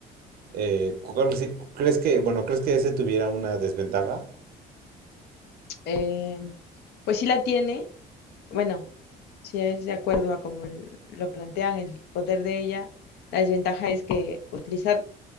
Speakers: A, on the right; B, on the left.
A: eh, ¿cuál sí- ¿crees que, bueno, crees que ese tuviera una desventaja?
B: Em, pues sí la tiene, bueno, si es de acuerdo a como l- lo plantean, el poder de ella, la desventaja es que utilizar,